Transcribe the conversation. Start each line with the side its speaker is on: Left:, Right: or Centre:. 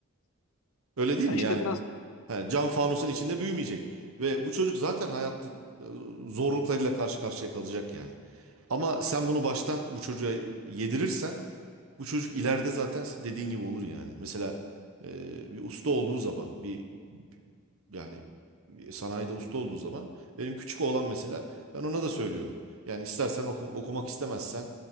Right: Öyle değil
Left: Ya
Right: mi?
Left: işte
Right: Yani
Left: biraz
Right: He, cam fanusun içinde büyümeyecek. Ve bu çocuk zaten hayatın e, zorluklarıyla karşı karşıya kalacak yani. Ama sen bunu baştan bu çocuğa yedirirsen bu çocuk ileride zaten dediğin gibi olur yani. Mesela e, bir usta olduğu zaman bir yani bir sanayide usta olduğu zaman benim küçük oğlan mesela ben ona da söylüyorum. Yani istersen okum- okumak istemezsen